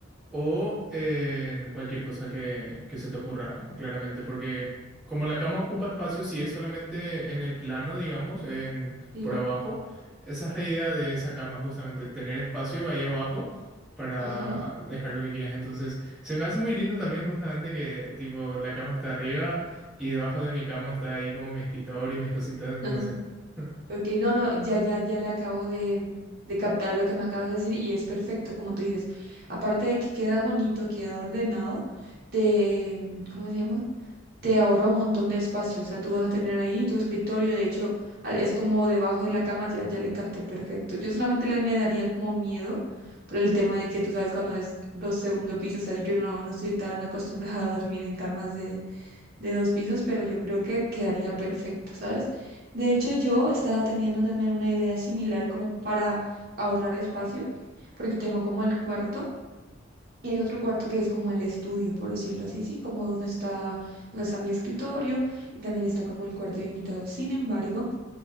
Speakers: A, in the centre; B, on the right (about 50°).
A: o eh, cualquier cosa que, que se te ocurra, claramente, porque como la cama ocupa espacio, si es solamente en el plano, digamos, en,
B: ok.
A: por abajo, esa es la idea de esa cama, justamente, tener espacio ahí abajo para
B: Ajá.
A: dejar lo que quieras. Entonces, se me hace muy lindo también justamente que tipo la cama está arriba y debajo de mi cama está ahí como mi escritorio, mis cositas,
B: <laughs>
A: no
B: ajá.
A: sé. <laughs>
B: Ok, no, no, ya, ya, ya le acabo de, de captar a lo que me acabas de decir y es perfecto, como tú dices. Aparte de que queda bonito, queda ordenado, te, mm, ¿cómo se llama? Te ahorra un montón de espacio. O sea, tú vas a tener ahí tu escritorio, de hecho, al- es como debajo de la cama, ya, ya le capté perfecto. Yo solamente le, me daría como miedo por el tema de que tú sabes cuando es los segundos pisos, o sea, yo no, no estoy tan acostumbrada a dormir en camas de dos pisos, pero yo creo que quedaría perfecto, ¿sabes? De hecho, yo estaba teniendo también una idea similar como para ahorrar espacio, porque tengo como el cuarto y hay otro cuarto que es como el estudio, por decirlo así, sí, como donde está, donde está mi escritorio y también está como el cuarto de invitados. Sin embargo,